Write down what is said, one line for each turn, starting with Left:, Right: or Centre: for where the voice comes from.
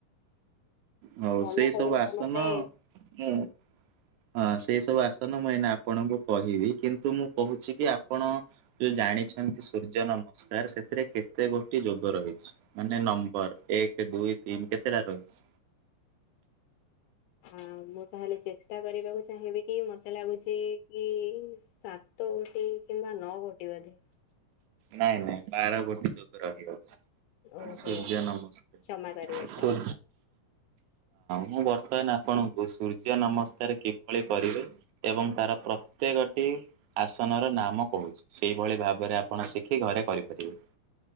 Right: ହଉ
Left: ମନ
Right: ସେଇ
Left: ପଡ଼ୁନାହି
Right: ସବୁ ଆସନ
Left: ମତେ
Right: ମୁଁ
Left: ହଁ <inaudible>
Right: ହଁ ସେଇ ସବୁ ଆସନ ମୁଁ ଏଇନା ଆପଣଙ୍କୁ କହିବି କିନ୍ତୁ ମୁଁ କହୁଛି କି ଆପଣ ଯୋଉ ଜାଣି ସେମିତି ସୂର୍ଯ୍ୟ ନମସ୍କାର ସେଥିରେ କେତେ ଗୋଟି ଯୋଗ ରହିଛି? ମାନେ ନମ୍ବର ଏକ ଦୁଇ ଦୁଇ ତିନ କେତେଟା ରହିଚି?
Left: ଆଉ ମୁଁ ତାହେଲେ ଚେଷ୍ଟା କରିବାକୁ ଚାହିଁବି କି ମତେ ଲାଗୁଛି କି ସାତ ଗୋଟି କିମ୍ବା ନଅ ଗୋଟି ବୋଧେ!
Right: ନାଇଁ ନାଇଁ ବାର ଗୋଟି ଯୋଗ ରହିଅଛି!
Left: ଓହୋ
Right: ସୁର୍ଯ୍ୟ ନମସ୍କାର!
Left: କ୍ଷମା କରିବେ କ୍ଷମା
Right: ହଁ ମୁଁ ବର୍ତ୍ତମାନ ଆପଣଙ୍କୁ ସୂର୍ଯ୍ୟ ନମସ୍କାର କିଭଳି କରିବେ ଏବଂ ତାର ପ୍ରତ୍ୟେକଟି ଆସନର ନାମ କହୁଛି ସେଇଭଳି ଭାବରେ ଆପଣ ସି କିକି ଘରେ କରିପାରିବେ!